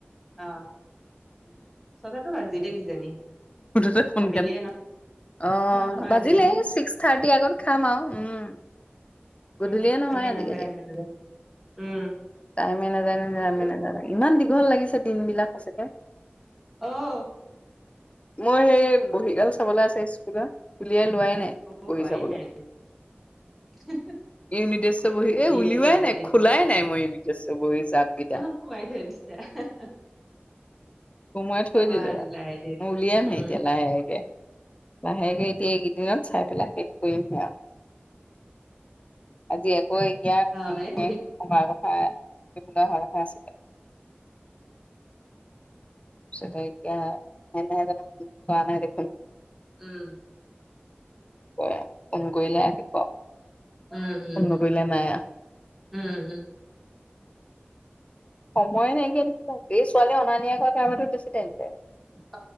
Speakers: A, in the centre; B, on the left.
A: অহ, চটাটো বাজিলে কিজানি।
B: উঠো য়ে সোনকালে।
A: আবেলিয়ে
B: অ
A: নহয় নহয়
B: বাজিলে
A: আজিকালি
B: ছিক্স থাৰ্টি আগত খাম আৰু উম। গধূলিয়ে
A: উম
B: নহয়
A: টাইমে
B: আজিকালি।
A: নাযায় টাইমে নাযায় উম
B: টাইমে নাজাই নাজাই
A: সেইটোৱে
B: টাইমে নাজাই ইমান দীঘল লাগিছে দিন বিলাক সঁচাকে।
A: অও
B: মই সেই বহী গাল চাবলে আছে স্কুলৰ উলিয়াই লোৱাই নাই
A: অ হোৱাই
B: বহী চাবলৈ।
A: নাই <unintelligible>
B: ইউনিটেষ্টৰ বহী এ
A: দি
B: উলিওৱাই
A: মেলি আজৰি
B: নাই খোলাই নাই মই ইউনিটেষ্টৰ বহী জাপগিটা।
A: সোমাই <unintelligible>
B: সোমাই থৈ
A: চাবা
B: দিলো
A: আৰু
B: আও
A: লাহে ধীৰে
B: মই উলিয়াম হে
A: উম
B: এতিয়া লাহেকে লাহেকে এতিয়া এইকেইদিনত চাই পেলাই শেষ কৰিমহে। আৰু আজি আকৌ এতিয়া
A: অ
B: ফ্ৰিহে
A: এই বহি
B: নহলে আগত- হেয়া সি বোলে আহা কথা ‌আছিলে। তাছতে এতিয়া হেদিনা গতে ফোন কৰা নাই দেখোন
A: উম।
B: অ ফোন কৰিলে আহিব
A: উম, উম,
B: ফোন নকৰিলে নাই আৰু
A: উম, উম, উম।
B: সময় নাইকিয়া নিচিনা এই ছোৱালীয়ে অনা নিয়া কৰা কাৰণেতো বেছি টাইম
A: <unintelligible>